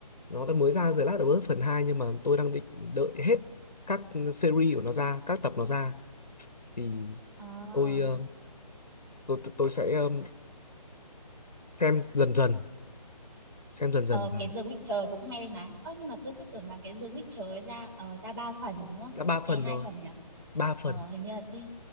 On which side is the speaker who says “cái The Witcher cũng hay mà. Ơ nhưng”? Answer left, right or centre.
Right